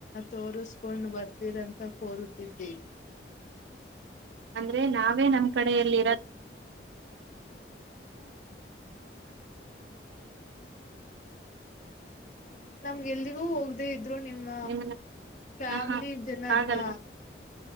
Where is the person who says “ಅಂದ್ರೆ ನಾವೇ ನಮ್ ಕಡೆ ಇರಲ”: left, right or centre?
Right